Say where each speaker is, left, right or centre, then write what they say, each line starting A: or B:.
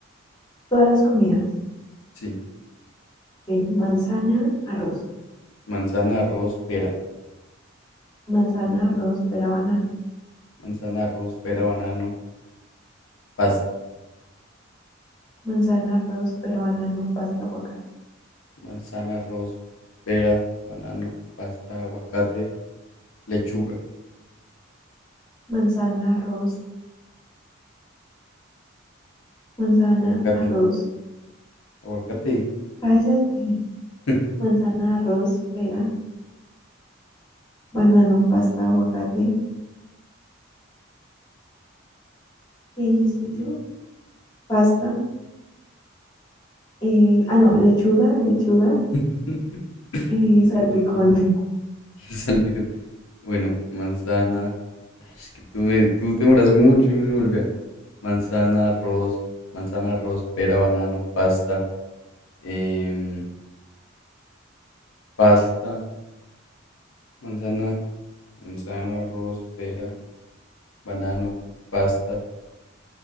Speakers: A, on the left; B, on the left.
A: Todas las comidas.
B: Sí,
A: Ok, Manzana, arroz.
B: manzana, arroz, pera.
A: Manzana, arroz, pera, banano.
B: Manzana, arroz, pera, banano, pasta.
A: Manzana, arroz, pera, banano, pasta, aguacate.
B: Manzana, arroz, pera, banano, pasta, aguacate, lechuga,
A: Manzana, arroz, manzana,
B: aguacate,
A: arroz.
B: aguacate.
A: Cállate.
B: <laughs>
A: Manzana, arroz, pera, banano, pasta, aguacate. ¿Qué dijiste
B: Sí.
A: tú? Pasta. eh, ah, no, lechuga, lechuga,
B: <laughs>
A: eh,
B: Ok,
A: salpicón,
B: sí. <laughs> Salpicón. Bueno, manzana. Ay, Es que tú, me, tú te demoras mucho y me se me olvida. manzana, arroz, manzana, arroz, pera, banano, pasta, em, pasta, manzana, manzana, arroz, pera, banano, pasta.